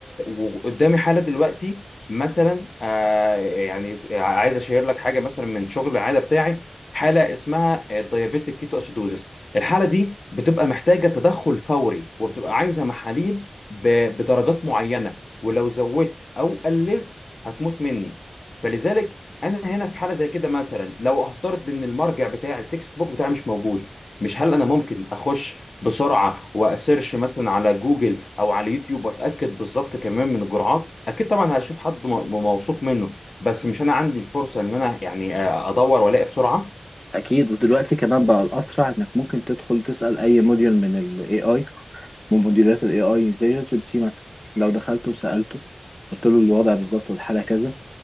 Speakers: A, on the left; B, on the left.
A: وقدامي حاله دلوقتي مثلا آه يعني عايز اشير لك حاجه مثلا من شغل العياده بتاعي حاله اسمها الديابيتيك كيتو اسيدوزيس الحاله دي بتبقى محتاجه تدخل فوري وبتبقى عايزه محاليل ب- بدرجات معينه ولو زودت او قللت هتموت مني فلذلك انا هنا في حاله زي كده مثلا لو هفترض ان المرجع بتاعي التكست بوك بتاعي مش موجود مش هل انا ممكن اخش بسرعه واسيرش مثلا على جوجل او على يوتيوب واتاكد بالظبط كمان من الجرعات اكيد طبعا هشوف حد م- م- موثوق منه بس مش انا عندي الفرصه ان انا يعني آه، ادور والاقي بسرعه
B: اكيد ودلوقتي كمان بقى الاسرع انك ممكن تدخل تسال اي موديول من الاي اي من موديولات الاي اي زي شات جي بي تي مثلا لو دخلت وسالته قلت له الوضع بالظبط والحاله كذا